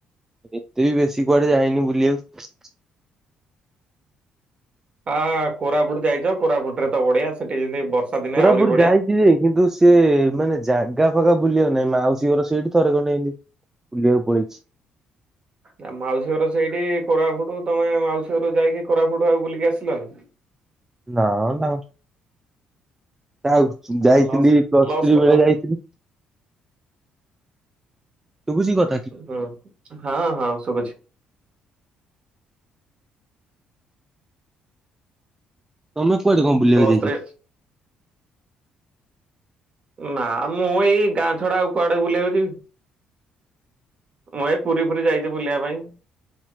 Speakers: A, on the right; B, on the right.
A: ଏତେ ବି ବେଶୀ କୁଆଡେ଼ ଯାଇନି ବୁଲିବାକୁ।
B: ଆ କୋରାପୁଟ ଯାଇଛ କୋରାପୁଟରେ ତ ବଢ଼ିଆ ସେଠି ଯେମିତି ବର୍ଷା ଦିନେ
A: କୋରାପୁଟ
B: ଆହୁରି ବଢିଆ।
A: ଯାଇକି କିରେ କିନ୍ତୁ ସିଏ ମାନେ ଜାଗା ଫାଗା ବୁଲିବାକୁ ନାଇଁ ମାଉସୀ ଘର ସେଇଠି ଥରେ ଖଣ୍ଡେ ହେନ୍ତି ବୁଲିବାକୁ ପଳେଇଛି।
B: ନା ମାଉସୀ ଘର ସେଇଠି କୋରାପୁଟୁ ତମେ ମାଉସୀରୁ ଯାଇକି କୋରାପୁଟୁ ଆଉ ବୁଲିକି ଆସିଲାନି।
A: ନା ନା। ତାଉ ଯାଇଥିଲି
B: ଆ ଲସ୍
A: ପ୍ଲସ୍
B: ଲସ୍
A: ଥ୍ରୀ
B: କଲ
A: ବେଳେ ଯାଇଥିଲି। ଶୁବୁଚି କଥ
B: ହୁଁ ହଁ ହଁ ଶୁଭୁଛି।
A: ତମେ କୁଆଡେ କଣ ବୁଲିବାକୁ
B: ପ୍ଲସ
A: ଯାଇଛ?
B: ଥ୍ରୀ ନା ମୁଁ ଏଇ ଗାଁ ଛଡା ଆଉ କୁଆଡେ ବୁଲିବାକୁ ଯିବି? ମୁଁ ଏଇ ପୁରୀ ଫୁରୀ ଯାଇଛି ବୁଲିବା ପାଇଁ।